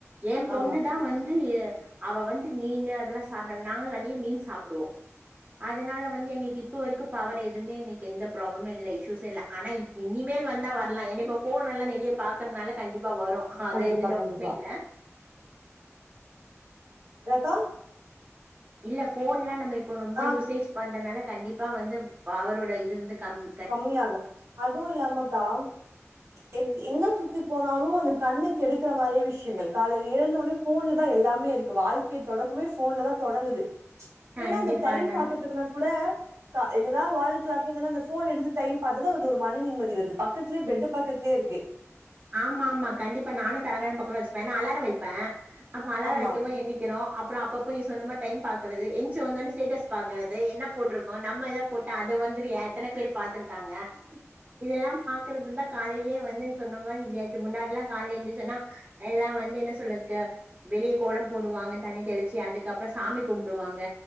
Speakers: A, on the right; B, on the right.
A: ஏ பொண்ணு
B: ஆமா
A: தா வந்து அவ வந்து மீனு அதெல்லா சாப்டாம நாங்களா நேறைய மீன் சாப்டுவோ அதனால வந்து எங்களுக்கு இப்ப வரைக்கு பவர் எதுவுமே எங்களுக்கு எந்த ப்ராப்ளமே இல்ல இஸ்யூஸ் ல்ல ஆனா இப் இனிமேல் வந்த வரலா ஏன இப்போ ஃபோன் எல்லா நெறைய பாக்கறனால கண்டிப்பா வரு அ அதுல
B: கண்டிப்பா
A: எந்த டவுட்டுமே
B: கண்டிப்பா
A: இல்ல
B: என்னக்கா
A: இல்ல போன்லா நம்ப இப்போ ரொம்ப
B: ஆ
A: யூசேஜ் பண்றதுனால கண்டிப்பா வந்து பவரோட இது வந்து கம்மி
B: கம்மியாகு அதுவு இல்லாமக்கா எ எங்க சுத்தி போனாலு அந்த கண்ணு கெடுக்குற மாரியே விஷயங்கள் காலையில எழுந்த உடனே ஃபோன்ல தா எல்லாமே இருக்கு வாழ்க்கையை தொடக்கமே ஃபோன்ல தா தொடங்குது ஏன்னா
A: கண்டிப்பாடா
B: அந்த டைம் பாக்கறதுக்குன்னா கூட என்னதா வால் கிளாக் இந்தாலு அந்த ஃபோ ஃபோன் எடுத்து டைம் பாத்ததா அது ஒரு மன நிம்மதி வருது பக்கத்தலயே பெட்டு பக்கத்தலயே இருக்கு
A: ஆமா ஆமா கண்டிப்பா நானு தலகனை பக்கமத்துல வச்சப்பே நா அலாரம் வைப்பே அப்ப அலாரம்
B: ஆமா
A: வைக்கு போது என்தி அப்றோ அப்பப்ப நீ சொன்னமாரி டைம் பாக்றது ஸ்டேஸ் பாக்றது என்ன போட்டிரு கோ நம்ம எதா போட்டு அது வந்து எத்தன பேர் பார்த்திருக்காங்க இதெல்லா பாக்குறது தா காலையிலயே வந்தே சொன்ன <unintelligible> இப்டியாச்சு முன்னாடி எல்லா கால எழுந்துருச்சோன்னா எல்லா வந்து என்ன சொல்றக்கு வெளியே கோலம் போடுவாங்க தண்ணி தெளிச்சு அதுக்கு அப்றோ சாமி கும்டுவாங்க